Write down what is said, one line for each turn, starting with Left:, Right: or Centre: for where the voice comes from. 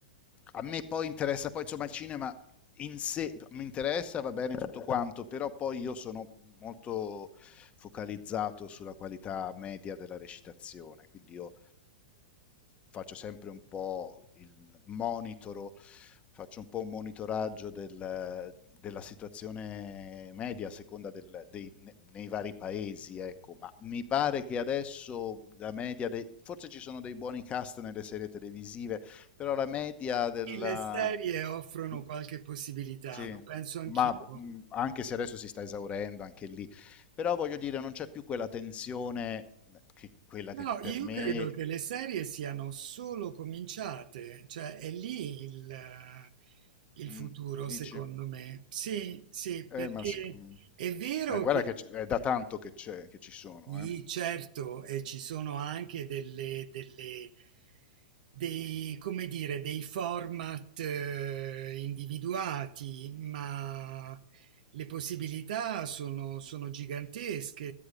Left: a me poi interessa, poi insomma il cinema in sé mi interessa, va bene tutto quanto, però poi io sono molto focalizzato sulla qualità media della recitazione, quindi io faccio sempre un po' il monitoro, faccio un po' un monitoraggio del, della situazione media a seconda del, dei, nei vari paesi, ecco, ma mi pare che adesso la media, de- forse ci sono dei buoni cast nelle serie televisive, però la media della...
Right: sì, le serie offrono
Left: di-
Right: qualche possibilità,
Left: Sì,
Right: lo penso anch'io,
Left: ma mh, anche se adesso si sta esaurendo anche lì, però voglio dire, non c'è più quella tensione, che, quella che
Right: No, no,
Left: per
Right: io
Left: me...
Right: credo che le serie siano solo cominciate, cioè è lì il, eh, il
Left: Mm,
Right: futuro,
Left: dici?
Right: secondo me. Sì, sì,
Left: Eh,
Right: perché
Left: ma, sic- mm.
Right: è vero
Left: Ma guarda
Right: che
Left: che c- è da tanto che, c'è, che ci sono.
Right: sì,
Left: eh.
Right: certo, e ci sono anche delle, delle- dei, come dire, dei format eh, individuati, ma le possibilità sono, sono gigantesche.